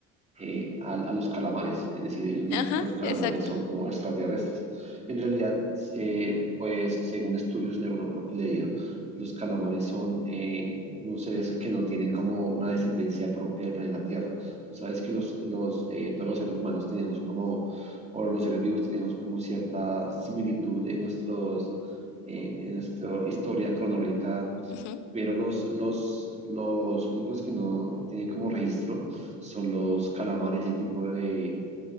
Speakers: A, on the right; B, on the left.
A: eh, a, a los calamares. Es decir, ellos dicen
B: Ajá,
A: que los calamares
B: exacto.
A: son como extraterrestres. En realidad, eh, pues según estudios, de uno- lo que he leído, los calamares son eh, unos seres que no tienen como una descendencia propia del planeta Tierra. Tú sabes que los, los, eh, todos los seres humanos tenemos como, o los seres vivos tenemos como cierta similitud en nuestros... eh, en nuestra historia cronológica
B: Ujú.
A: pero los, los, los únicos que no tienen como registro son los calamares, ese tipo de,